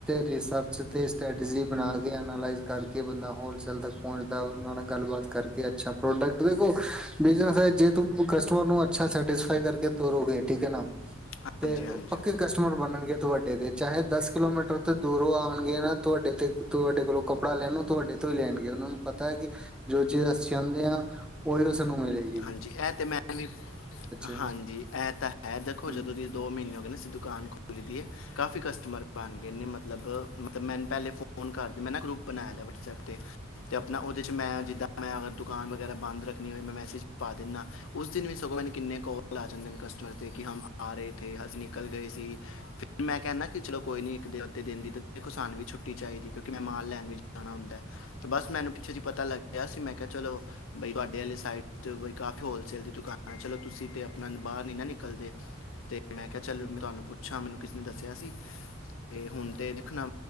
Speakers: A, in the centre; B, on the left (about 80°).
A: ਰਿਸਰਚ ਤੇ ਸਟੈਟਜੀ ਬਣਾ ਕੇ ਐਨਾਲਾਈਜ਼ ਕਰਕੇ ਬੰਦਾ ਹੋਲਸੇਲ ਤੱਕ ਪਹੁੰਚਦਾ ਉਹਨਾਂ ਨਾਲ ਗੱਲਬਾਤ ਕਰਕੇ ਅੱਛਾ ਪ੍ਰੋਡਕਟ ਦੇਖੋ ਬਿਜਨਸ ਐ, ਜੇ ਤੂਸੀਂ ਕਸਟਮਰ ਨੂੰ ਅੱਛਾ ਸੈਟਿਸਫਾਈ ਕਰਕੇ ਤੋਰੋਗੇ ਠੀਕ ਹੈ ਨਾ
B: ਹਾਂਜੀ
A: ਤੇ ਉਹ
B: ਹਾਂਜੀ
A: ਪੱਕੇ ਕਸਟਮਰ ਬਣਨਗੇ ਤੁਹਾਡੇ ਦੇ ਚਾਹੇ ਦਸ ਕਿਲੋਮੀਟਰ ਤੇ ਦੂਰੋਂ ਆਉਣਗੇ, ਨਾ ਤੁਆਡੇ ਤੇ ਤੁਆਡੇ ਕੋਲੋਂ ਕੱਪੜਾ ਲੈਣ ਤੁਹਾਡੇ ਤੋਂ ਹੀ ਲੈਣਗੇ ਉਹਨਾਂ ਨੂੰ ਪਤਾ ਕਿ ਜੋ ਚੀਜ਼ ਅਸੀਂ ਚਾਹੁੰਦੇ ਹਾਂ ਉਹੀ ਨੂੰ ਮਿਲੇ।
B: ਹਾਂਜੀ ਇਹ ਤੇ ਮੈਂ ਵੀ
A: ਹੂੰ
B: ਹਾਂਜੀ ਇਹ ਤਾਂ ਹੈ, ਦੇਖੋ
A: ਹੂੰ
B: ਜਦੋਂ ਦੀ ਦੋ ਮਹੀਨੇ ਹੋਗੇ ਨਾ ਅ ਦੁਕਾਨ ਖੋਲੀ ਦੀ ਐ ਕਾਫੀ ਕਸਟਮਰ ਬਣ ਗਏ, ਨੇ ਮਤਲਬ ਮਤਲਬ ਮੈਨੂੰ ਪਹਿਲੇ ਫੋਨ ਕਰਦੇ ਮੈਂ ਨਾ ਗਰੁੱਪ ਬਣਾਇਆ ਵਟਸਐਪ ਤੇ ਆਪਣਾ ਉਹਦੇ ਚ ਮੈਂ ਜਿੱਦਾਂ ਮੈਂ ਦੁਕਾਨ ਵਗੈਰਾ ਬੰਦ ਰੱਖਣੀ ਹੋਏ ਮੈਂ ਮੈਸੇਜ ਪਾ ਦਿੰਨਾ ਉਸ ਦਿਨ ਵੀ ਸਗੋਂ ਮੈਨੂੰ ਕਿੰਨੇ ਕਾਲ ਆ ਜਾਂਦੇ ਨੇ ਕਸਟਮਰ ਦੇ ਕਿ ਹਮ ਆ ਰਹੇ ਥੇ, ਅਸੀਂ ਨਿਕਲ ਗਏ ਸੀ ਫਿਰ ਮੈਂ ਕਹਿਣਾ ਕਿ ਚਲੋ ਕੋਈ ਨ ਇੱਕ ਅੱਧੇ ਦਿਨ ਦੀ ਸਾਨੂੰ ਵੀ ਛੁੱਟੀ ਚਾਈਦੀ ਕਿਉਂਕਿ ਮੈਂ ਮਾਲ ਲੈਣ ਵਿੱਚ ਜਾਣਾ ਹੁੰਦਾ। ਤੇ ਬਸ ਮੈਨੂੰ ਪਿੱਛੇ ਜੀ ਪਤਾ ਗਿਆ ਸੀ ਮੈਂ ਚਲੋ ਬਈ ਤੁਹਾਡੇ ਆਲੇ ਸਾਈਡ ਬ ਕਾਫ਼ੀ ਹੋਲਸੇਲ ਦੀ ਦੁਕਾਨ ਆ, ਚਲੋ ਤੁਸੀਂ ਤੇ ਆਪਣਾ ਬਾਹਰ ਨਈਂ ਨਾਂ ਨਿਕਲਦੇ ਤੇ ਮੈਂ ਕਿਹਾ ਚੱਲ
A: ਹੂੰ
B: ਮੈਂ ਤੁਹਾਨੂੰ ਪੁੱਛਾਂ ਮੈਨੂੰ ਕਿਸ ਨੇ ਦੱਸਿਆ ਸੀ। ਤੇ ਹੁਣ ਤੇ ਦੇਖਣਾ